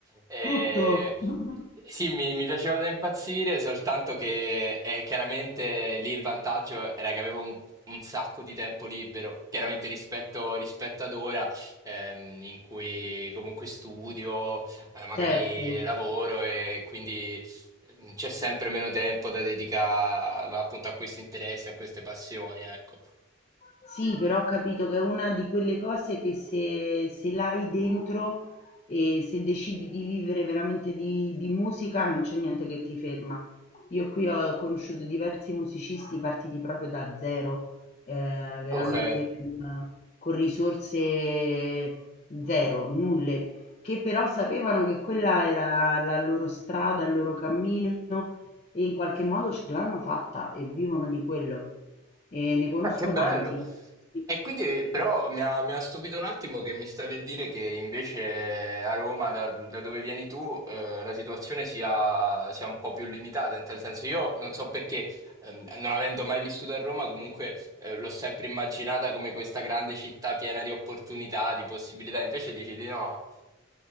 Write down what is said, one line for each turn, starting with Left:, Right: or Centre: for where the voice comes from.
Right: Eh,
Left: Tutto, <laughs>
Right: sì, mi, mi piaceva da impazzire, soltanto che eh, chiaramente lì il vantaggio era che avevo un, un sacco di tempo libero, chiaramente rispetto, rispetto ad ora, ehm, in cui comunque studio, eh, magari
Left: certo.
Right: lavoro e quindi mm, c'è sempre meno tempo da dedicare appunto a questi interessi, a queste passioni, ecco.
Left: Sì, però ho capito che è una di quelle cose che se, se l'hai dentro e se decidi di vivere veramente di, di musica non c'è niente che ti ferma. Io qui ho conosciuto diversi musicisti partiti proprio da zero, eh, veramente
Right: Ok,
Left: con, con risorse zero, nulle, che però sapevano che quella era la loro strada, il loro cammino e in qualche modo ce l'hanno fatta e vivono di quello e ne conosco
Right: ah, che bello.
Left: tanti. Sì.
Right: E quindi però mi ha, mi ha stupito un attimo che mi stavi a dire che invece a Roma, da, da dove vieni tu, eh, la situazione sia, sia un po' più limitata, in tal senso io non so perché, ehm, non avendo mai vissuto a Roma, comunque eh, l'ho sempre immaginata come questa grande città piena di opportunità, di possibilità, invece dici di no?